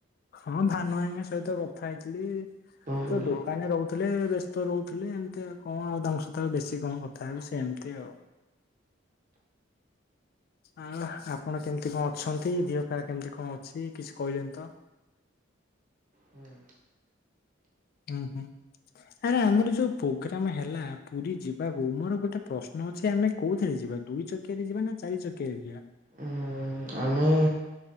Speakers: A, on the left; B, on the right.
A: ହଁ ଭାନୁ ଭାଇଙ୍କ ସହିତ କଥା ହେଇଥିଲି
B: କଣ କହିଲେ?
A: ତ ଦୋକାନେ ରହୁ ଥେଲେ ବେସ୍ତ ରହୁଥେଲେ ଏମତି ଆଉ କଁ ଆଉ ତାଙ୍କ ସହିତ ଆଉ ବେଶୀ କଁ କଥା ହେବି ସେମତି ଆଉ। ଆହା ଆପଣ କେମତି କଁ ଅଛନ୍ତି ଧିଅ ପା କେମତି କଣ ଅଛି କିଛି କହିଲେନି ତ।
B: ହୁଁ।
A: ଉଁ ହୁଁ। ଆରେ ଆମର ଯୋଉ ପୋଗ୍ରାମେ ହେଲା ପୁରୀ ଯିବାକୁ ମୋର ଗୋଟେ ପ୍ରଶ୍ନ ଅଛି ଆମେ କୋଉଥେରେ ଯିବା ଦୁଇ ଚକିଆରେ ଯିବା ନା ଚାରି ଚକିଆରେ ଯିଆ।
B: ଉଁ ଆମେ